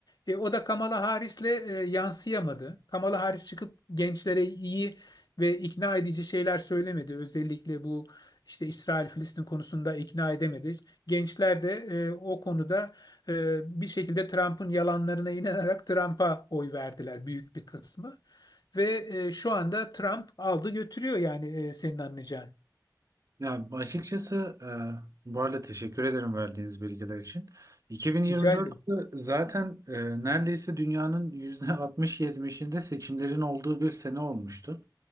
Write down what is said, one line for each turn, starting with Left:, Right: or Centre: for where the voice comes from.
Left: E, o da Kamala Harris'le e, yansıyamadı. Kamala Harris çıkıp gençlere iyi ve ikna edici şeyler söylemedi. Özellikle bu işte İsrail-Filistin konusunda ikna edemedi. Gençler de e, o konuda e, bir şekilde Trump'ın yalanlarına inanarak Trump'a oy verdiler büyük bir kısmı. Ve e, şu anda Trump aldı götürüyor yani e, senin anlayacağın.
Right: Ya açıkçası e, bu arada teşekkür ederim verdiğiniz bilgiler için. 2024'te
Left: Rica ederim.
Right: zaten e, neredeyse dünyanın <laughs> %60-70'inde seçimlerin olduğu bir sene olmuştu.